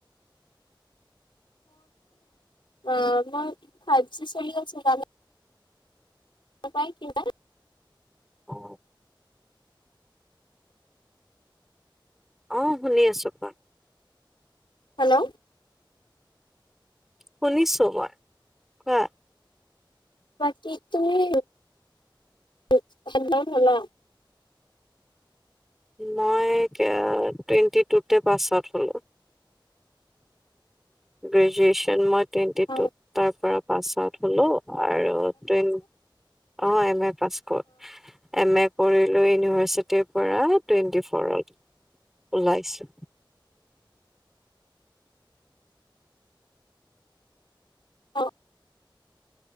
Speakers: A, on the left; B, in the centre.
A: অ মই ফাইভ জি চলি আছে কানে। তাপাই <unintelligible>
B: অ। অ শুনি আছো কোৱা।
A: হেল্ল'
B: শুনিছোঁ মই। কোৱা?
A: বাকি তুমি <unintelligible> হলা?
B: মই কিয়াত টুৱেণ্টি টুতে পাছ আউট হ'লো। গ্ৰেজুৱেচন মইত টুৱেণ্টি
A: অ',
B: টুত তাৰ পৰাপ পাছ আউট হলোঁ। আৰু টইন অ এম এট পাছ কৰ এম এ কৰিলো ইউনিভাৰ্চিটিৰ পৰা টুৱেণ্টি ফৌৰত ওলাইছো।
A: অ।